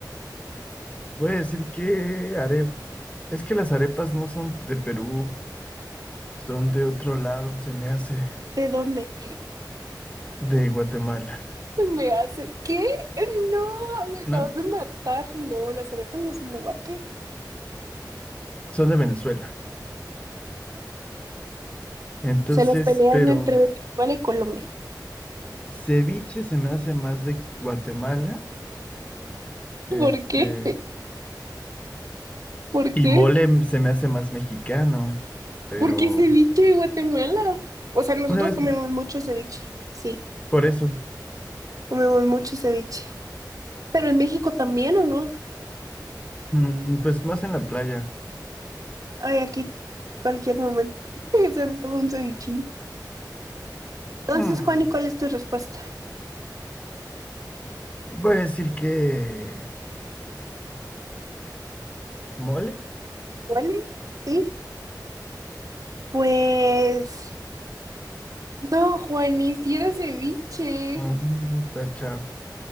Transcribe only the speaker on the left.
Voy a decir que arepa. Es que las arepas no son de Perú, son de otro lado, se me hace,
de Guatemala,
¿no?
Son de Venezuela. Entonces,
pero
ceviche se me hace más de Guatemala,
este,
y
mole se me hace más mexicano, pero
una vez,
por eso,
mm, pues más en la playa.
Hmm.
Voy a decir que mole.
Mm, tacha.